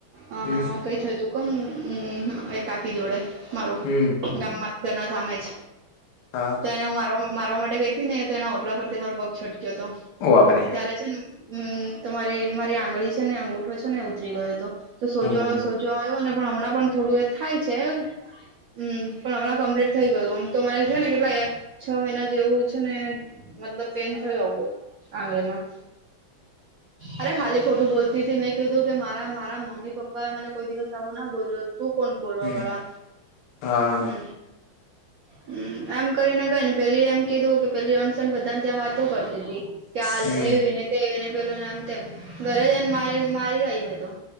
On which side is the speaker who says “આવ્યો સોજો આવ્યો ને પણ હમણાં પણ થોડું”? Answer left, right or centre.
Right